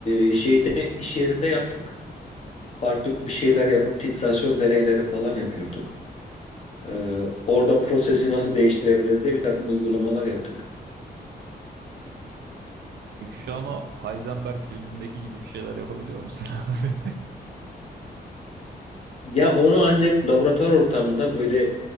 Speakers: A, on the left; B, on the right.
A: e, şeyde iş yerinde yaptık. Farklı bir şeyler yapıp titrasyon deneyleri falan yapıyorduk. Ee, orada prosesi nasıl değiştirebiliriz diye bir takım uygulamalar yaptık.
B: Peki şu an o Heisenberg filmindeki gibi bir şeyler yapabiliyor musun <laughs> abi?
A: Ya onu ancak laboratuvar ortamında böyle